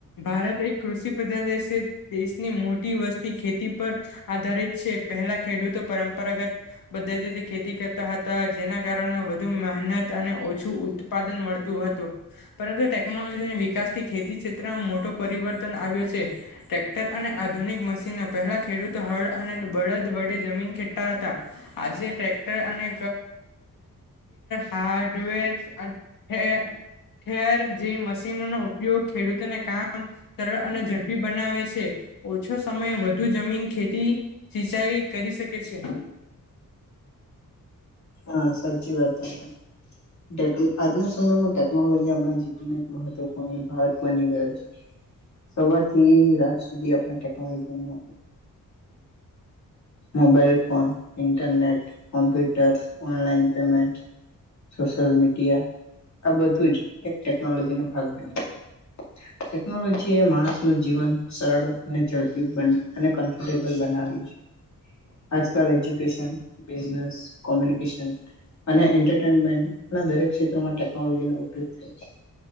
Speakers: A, on the left (about 80°); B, on the left (about 55°).
A: ભારત એક કૃષિ પ્રધાન દેશ છે. દેશની મોટી વસ્તી ખેતી પર આધારિત છે. પહેલા ખેડૂતો પરંપરાગત પદ્ધતિથી ખેતી કરતા હતા જેના કારણે કારણે વધુ મહેનત અને ઓછું ઉત્પાદન મળતું હતું, પરંતુ ટેકનોલોજી વિકાસથી ખેતી ક્ષેત્રમાં મોટો પરિવર્તન આવ્યો છે. ટ્રેક્ટર અને આધુનિક મશીનો. પહેલા ખેડૂતો હળ અને બળદ વડે જમીન ખેડતા હતા. આજે ટ્રેક્ટર અને હાર્ડવેર ઠે ઠેર જેવી મશીનોનો ઉપયોગ ખેડૂતોને કામ સરળ અને ઝડપી બનાવે છે. ઓછો સમય વધુ જમીન ખેતી સિંચાઈ કરી શકે છે.
B: હા સાચી વાત છે. ટેક આજના સમયમાં ટેકનોલોજી આપણા જીવનનો એક મહત્વપૂર્ણ ભાગ બની ગયો છે. સવારથી રાત સુધી આપણે ટેકનોલોજીનો, mobile phone, internet, computer, online payment social media, આ બધું જ એક ટેકનોલોજી નો ભાગ બની ગયો છે. ટેકનોલોજી એ માણસ નું જીવન સરળ અને ઝડપી બન અને કમ્ફર્ટેબલ બનાવ્યું છે. આજકાલ એજ્યુકેશન, બિઝનેસ, કોમ્યુનિકન અને એન્ટરટેનમેન્ટ એન્ટરટેઈમેન્ટ દરેક ક્ષેત્રમાં ટેક્નોલોજીનો ઉપયોગ થાય છે,